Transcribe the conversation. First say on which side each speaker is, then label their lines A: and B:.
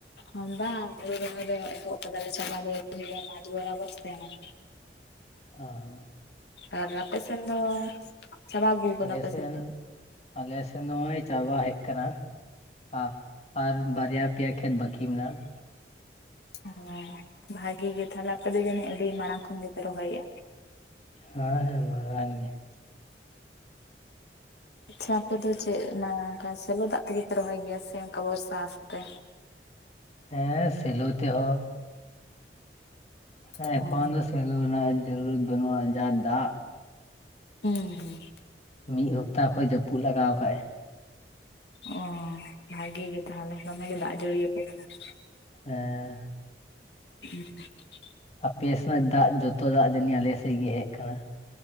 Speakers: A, on the left (about 70°); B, on the left (about 35°).
A: ᱦᱚᱸᱵᱟᱢ ᱦᱩᱲᱩ ᱨᱚᱦᱚᱭ ᱫᱚ ᱮᱦᱚᱵ ᱠᱟᱫᱟᱞᱮ ᱪᱷᱟᱵᱟ ᱫᱟ ᱟᱣᱨᱤ ᱦᱩᱭᱩᱟ ᱢᱟᱴᱷ ᱵᱚᱨᱟᱵᱚᱨ ᱛᱟᱦᱮᱱᱟ ᱾
B: <inaudible>
A: ᱟᱨ ᱟᱯᱮ ᱥᱮᱱ ᱫᱚ ᱪᱟᱵᱟ ᱟᱹᱜᱩ ᱠᱟᱫᱟ
B: ᱟᱞᱮ
A: ᱯᱮ
B: ᱥᱮᱱ
A: ᱥᱮ ᱪᱮᱫ?
B: ᱟᱞᱮ ᱥᱮᱱ ᱱᱚᱭ ᱪᱟᱵᱟ ᱦᱮᱡ ᱠᱟᱱᱟ ᱾ ᱟ ᱟᱨ ᱵᱟᱨᱭᱟ ᱯᱮᱭᱟ ᱠᱷᱮᱛ ᱵᱟᱹᱠᱤ ᱢᱮᱱᱟᱜᱼᱟ ᱾
A: ᱦᱮᱸ ᱵᱷᱟᱜᱮ ᱜᱮ ᱛᱷᱟᱞᱮ ᱟᱯᱮ ᱫᱚ ᱡᱟᱹᱱᱤᱡ ᱟᱹᱰᱤ ᱢᱟᱲᱟᱝ ᱠᱷᱚᱱ ᱜᱮᱯᱮ ᱨᱚᱦᱚᱭᱮᱜᱼᱟ ᱾
B: ᱦᱮᱸ ᱦᱮᱸ ᱢᱟᱨᱟᱝ ᱜᱮ ᱾
A: ᱟᱪᱪᱷᱟ ᱟᱯᱮ ᱫᱚ ᱪᱮᱫ ᱚᱱᱟ ᱚᱱᱠᱟ ᱥᱮᱞᱚ ᱫᱟᱜ ᱛᱮᱜᱮ ᱯᱮ ᱨᱚᱦᱚᱭ ᱜᱮᱭᱟ ᱥᱮ ᱚᱱᱠᱟ ᱵᱚᱨᱥᱟ ᱟᱛᱮ?
B: ᱦᱮᱸ ᱥᱮᱞᱳ ᱛᱮᱦᱚᱸ ᱾ ᱦᱮᱸ
A: ᱦᱩᱸ᱾
B: ᱮᱠᱷᱚᱱ ᱫᱚ ᱥᱮᱞᱳ ᱨᱮᱱᱟᱜ <unintelligible> ᱵᱟᱹᱱᱩᱜᱼᱟ ᱡᱟ ᱫᱟᱜ
A: ᱦᱩᱸ ᱦᱩᱸ
B: ᱢᱤᱫ ᱦᱟᱯᱛᱟ ᱠᱷᱚᱡ ᱡᱟᱹᱯᱩᱫ ᱞᱟᱜᱟᱣ ᱠᱟᱜᱼᱟᱭ ᱾
A: ᱚ ᱵᱷᱟᱜᱮ ᱜᱮ ᱛᱟᱦᱮᱞᱮ ᱫᱚᱢᱮ ᱜᱮ ᱫᱟᱜ ᱡᱟᱹᱲᱤ ᱟᱯᱮ ᱠᱟᱱᱟ ᱾
B: ᱦᱮᱸ
A: <inaudible>
B: ᱟᱯᱮ ᱥᱮᱱᱟᱜ ᱫᱟᱜ ᱡᱚᱛᱚ ᱫᱟᱜ ᱡᱟᱹᱱᱤᱡ ᱟᱞᱮ ᱥᱮᱫ ᱜᱮ ᱦᱮᱡ ᱠᱟᱱᱟ ᱾